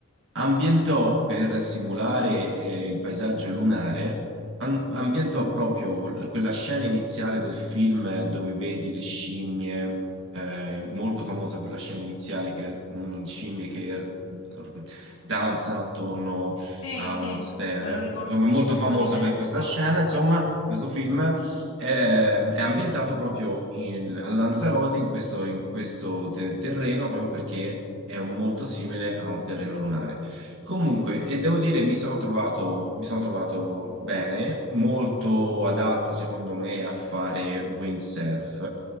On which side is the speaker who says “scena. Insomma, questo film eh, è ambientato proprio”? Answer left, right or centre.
Right